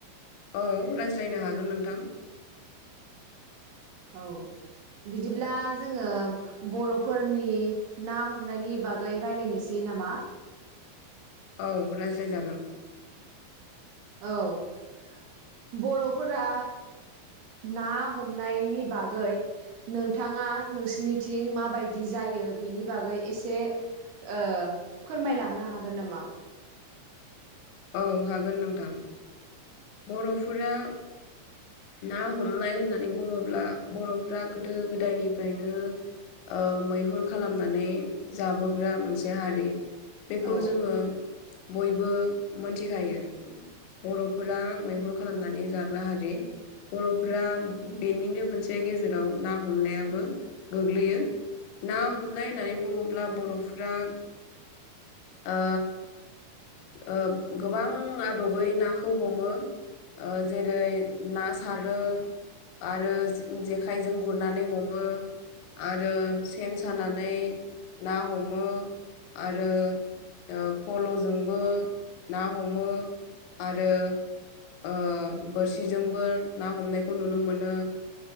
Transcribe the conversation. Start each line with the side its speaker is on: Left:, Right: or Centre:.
Left: औ रायज्लायनो हागोन नोंथां
Right: औ बिदिब्ला जोङो बर'फोरनि ना हमनायनि बागै रायज्लायनोसै नामा
Left: औ रायज्लायजागोन
Right: औ बर'फोरा ना हमनायनि बागै नोंथाङा नोंसिनिथिं माबायदि जायो बेनि बागै एसे ओ फोरमायलांनो हागोन नामा
Left: औ हागोन नोंथां बर'फोरा ना हमनाय होननानै बुङोब्ला बर'फ्रा गोदो गोदायनिफ्रायनो ओ मैहुर खालामनानै जाबोग्रा मोनसे हारि बेखौ
Right: औ
Left: जोङो बयबो मोनथिखायो बर' फोरा मैहुर खालामनानै जाग्रा हारि बर'फोरा बेनिनो मोनसे गेजेराव ना हमनायाबो गोग्लैयो ना हमनाय होननानै बुङोब्ला बर'फोरा ओ ओ गोबां आदबै नाखौ खौ हमो ओ जेरै ना सारो आरो जेखाइजों गुरनानै हमो आरो सेन सानानै ना हमो आरो। ओ फल'जोंबो ना हमो आरो ओ बोरसिजोंबो ना हमनायखौ नुनो मोनो।